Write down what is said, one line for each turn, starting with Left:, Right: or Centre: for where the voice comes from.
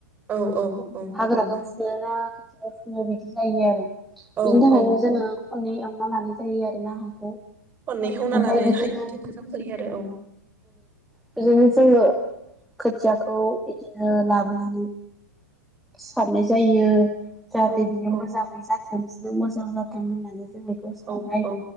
Right: औ
Centre: हाग्राखौ
Right: औ
Centre: फुनोना खोथिया फुनो बिदि जायो आरो बेनि
Right: औ
Centre: थाखायनो
Right: औ
Centre: जोङो खननै एवना लानाय जायो आरो ना हाखौ
Right: खननै एवना
Centre: ओमफ्राय
Right: लानो
Centre: बिदिनो
Right: हायोबाथाय मोजां जायो आरो औ।
Centre: बिदिनो जोङो खोथियाखौ बिदिनो लाबोनानै सारनाय जायो। जाहाथे
Right: औ
Centre: बियो
Right: औ
Centre: मोजाङै जाथों बिनो मोजां जाथों होननानै जों बेखौ खारनाय
Right: औ औ